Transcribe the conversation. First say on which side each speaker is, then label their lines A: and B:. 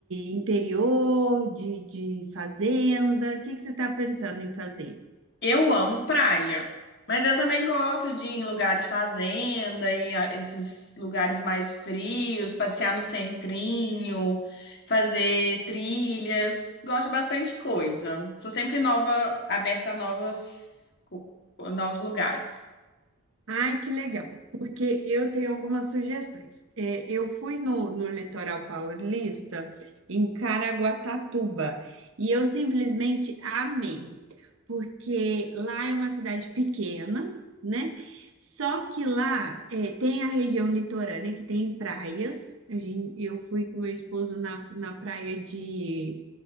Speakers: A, on the right (about 60°); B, on the left (about 50°).
A: interior, de, de fazenda? O que que você está pensando em fazer?
B: Eu amo praia, mas eu também gosto de ir em lugares fazenda, em ah, esses lugares mais frios, passear no centrinho, fazer trilhas. Gosto de bastante coisa. Sou sempre nova, aberta a novas, co- novos lugares.
A: Ai, que legal, porque eu tenho algumas sugestões. É, eu fui no, no litoral paulista, em Caraguatatuba, e eu simplesmente amei, porque lá é uma cidade pequena, né? Só que lá é, tem a região litorânea, que tem praias. A gen- Eu fui com meu esposo na, na praia de